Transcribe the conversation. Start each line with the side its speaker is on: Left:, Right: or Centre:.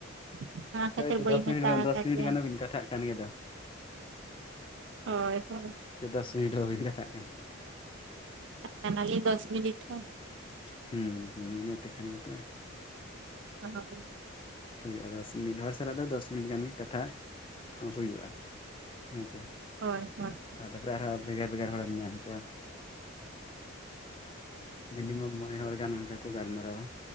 Right: ᱾ ᱚᱱᱟ ᱠᱷᱟᱛᱤᱨ
Left: ᱦᱳᱭᱛᱚ
Right: ᱵᱟᱹᱧ
Left: ᱫᱚᱥ
Right: ᱢᱮᱛᱟ
Left: ᱢᱤᱱᱤᱴ
Right: ᱟᱠᱟ
Left: ᱫᱚᱥ ᱢᱤᱱᱤᱴ
Right: ᱫᱮᱭᱟ
Left: ᱜᱟᱱ
Right: ᱾
Left: ᱦᱚᱸᱵᱤᱱ ᱠᱟᱛᱷᱟᱜ ᱠᱟᱱ ᱜᱮ ᱫᱚ
Right: ᱦᱚᱭ ᱦᱚᱭ ᱾
Left: ᱛᱮ ᱫᱚᱥ ᱢᱤᱱᱤᱴ ᱦᱚᱸ ᱵᱟᱱᱤᱱ ᱠᱟᱛᱷᱟᱜ ᱠᱟᱱᱟ ᱾
Right: ᱠᱟᱱᱟᱞᱤᱧ ᱫᱚ <unintelligible> ᱦᱚᱸ
Left: ᱦᱩᱸ ᱦᱩᱸ ᱤᱱᱟᱹ ᱛᱮᱠᱷᱟᱱ ᱜᱮᱛᱚ ᱾
Right: ᱦᱚᱭ ᱾
Left: ᱦᱩᱭᱩᱜᱼᱟ ᱫᱚᱥ, ᱢᱤᱫ ᱦᱚᱲ ᱥᱟᱞᱟᱜ ᱫᱚ ᱫᱚᱥ ᱢᱤᱱᱤᱴ ᱜᱟᱱ ᱜᱮ ᱠᱟᱛᱷᱟ ᱦᱚᱸ ᱦᱩᱭᱩᱜᱼᱟ᱾ ᱦᱮᱸᱥᱮ
Right: ᱦᱳᱭ ᱦᱮᱸ
Left: ᱟᱨ ᱛᱟᱨ ᱯᱚᱨᱮ ᱟᱨᱦᱚᱸ ᱵᱷᱮᱜᱟᱨ ᱵᱷᱮᱜᱟᱨ ᱦᱚᱲᱮᱢ ᱧᱟᱢ ᱠᱚᱣᱟ ᱾ ᱢᱤᱱᱤᱢᱟᱹᱢ ᱢᱚᱬᱮ ᱦᱚᱲ ᱜᱟᱱ ᱚᱱᱠᱟ ᱠᱚ ᱜᱟᱞᱢᱟᱨᱟᱣᱟ